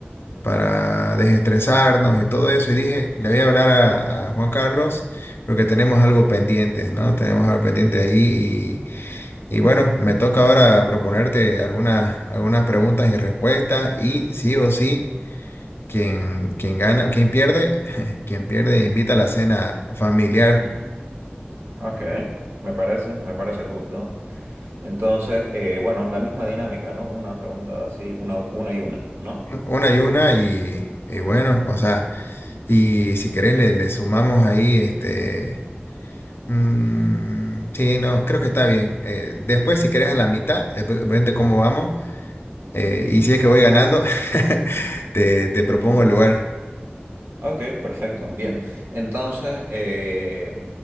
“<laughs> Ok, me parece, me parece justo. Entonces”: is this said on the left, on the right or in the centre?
Right